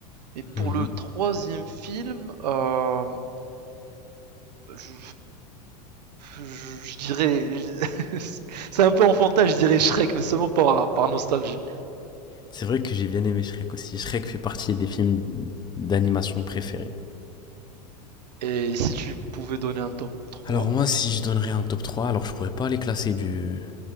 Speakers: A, on the right (about 80°); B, on the left (about 20°).
A: Et pour
B: Mhm.
A: le troisième film, euh, je... je- je dirais, <laughs> c'est un peu enfantin, je dirais Shrek, mais seulement par, par nostalgie.
B: C'est vrai que j'ai bien aimé Shrek aussi. Shrek fait partie des films d'animation préférés.
A: Et si tu pouvais donner un top trois
B: Alors moi, si je donnerais un top 3, alors je pourrais pas les classer du,